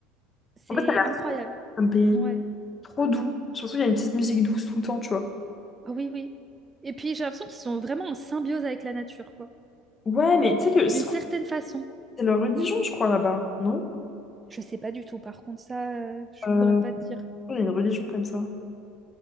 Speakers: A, on the right; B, on the left.
A: C'est
B: En fait, ça a l'air
A: incroyable.
B: trop comme pays.
A: Ouais.
B: Trop doux. Surtout, il y a une petite musique douce tout le temps, tu vois.
A: Ah oui, oui. Et puis j'ai l'impression qu'ils sont vraiment en symbiose avec la nature, quoi.
B: Ouais, mais tu sais que
A: D'une
B: c'est
A: certaine façon.
B: c'est leur religion, je crois, là-bas, non?
A: Je sais pas du tout, par contre, ça, euh, je
B: Euh,
A: pourrais pas te dire.
B: il y a une religion comme ça.